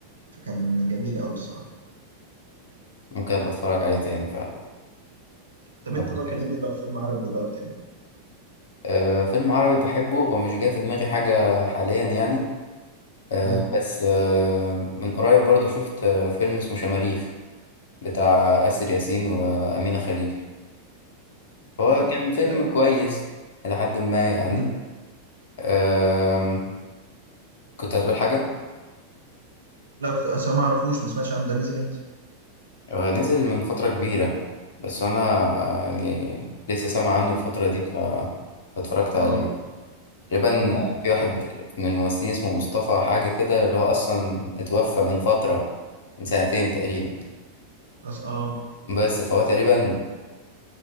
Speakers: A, on the right; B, on the left.
A: فكان جميل قوي الصراحه
B: ممكن ابقى اتفرج عليه تاني فعلا
A: طب
B: بعد
A: انت بقى كلمني
B: كده
A: بقى في فيلم عربي بقى بتحبه
B: آه، فيلم عربي بحبه ومش جاي في دماغي حاجة حاليا يعني آه،
A: امم
B: بس آه، من قريب برضو شفت آه، فيلم اسمه شماريخ بتاع آسر ياسين وأمينة خليل هو
A: لا
B: كان فيلم
A: بجد
B: كويس إلى حد ما يعني
A: امم
B: آم، كنت هتقول حاجة
A: لا كنت اصلا ما اعرفوش ما سمعتش عنه ده نزل امتى
B: هو نزل من فترة كبيرة بس أنا يعني لسه سامع عنه الفترة دي ف- فاتفرجت
A: اه
B: عليه تقريبا
A: امم
B: في واحد من الممثلين اسمه مصطفى حاجة كده اللي هو أصلا اتوفى من فترة من سنتين تقريبا
A: أص... اه
B: بس فهو تقريبا